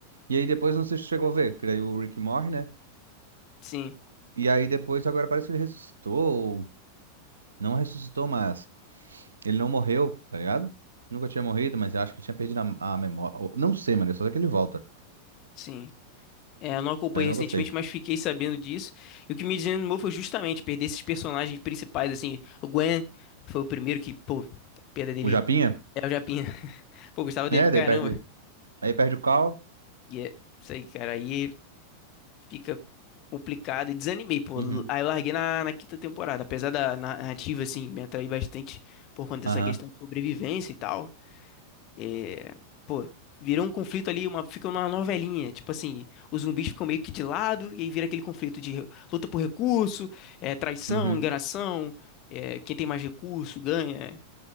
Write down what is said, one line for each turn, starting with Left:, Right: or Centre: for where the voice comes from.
Right: E aí depois não sei se chegou a ver, porque daí o Rick morre, né?
Left: Sim,
Right: E aí depois agora parece que ele ressuscitou. Não ressuscitou, mas ele não morreu, tá ligado? Nunca tinha morrido, mas eu acho que tinha perdido a, a memória. ou- Não sei, mano. eu Só sei que ele volta.
Left: sim. É, eu não acompanhei
Right: Aí eu não
Left: recentemente,
Right: gostei.
Left: mas fiquei sabendo disso. E o que me desanimou foi justamente perder esses personagens principais, assim. O Gwen foi o primeiro que, pô, a perda dele
Right: O Japinha?
Left: é o Japinha. <laughs> Pô, eu gostava dele
Right: É,
Left: pra caramba.
Right: daí perde. Aí perde o Carl.
Left: E é isso aí, cara. Aí fica complicado e desanimei, pô.
Right: Uhum.
Left: Aí eu larguei na, na quinta temporada. Apesar da narrativa, assim, me atrair bastante por conta dessa
Right: Aham.
Left: questão de sobrevivência e tal. É, pô, virou um conflito ali, uma, fica uma novelinha. Tipo assim, os zumbis ficam meio que de lado e aí vira aquele conflito de luta por recurso, é, traição,
Right: Uhum.
Left: enganação. é, quem tem mais recurso ganha.